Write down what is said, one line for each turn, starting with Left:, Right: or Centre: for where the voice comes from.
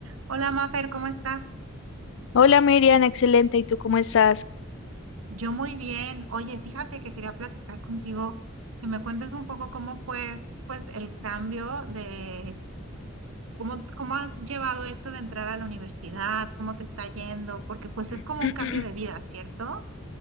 Right: Hola Mafer, ¿cómo estás?
Left: Hola Miriam, excelente. ¿Y tú cómo estás?
Right: Yo muy bien. Oye, fíjate que quería platicar contigo, que me cuentes un poco cómo fue, pues, el cambio de cómo, cómo has llevado esto de entrar a la universidad, cómo te está yendo, porque pues es como
Left: <clears throat>
Right: un cambio de vida, ¿cierto?